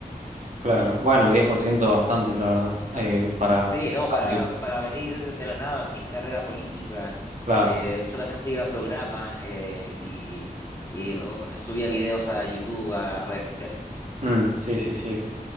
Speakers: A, on the right; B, on the left.
A: claro. Bueno, 10% bastante, la verdad, eh, para
B: Sí, no,
A: salir.
B: para, para venir de la nada sin carrera política,
A: Claro.
B: eh, solamente iba a programas eh, y, y, oh, subía videos a YouTube, a redes sociales.
A: Mm, sí, sí, sí.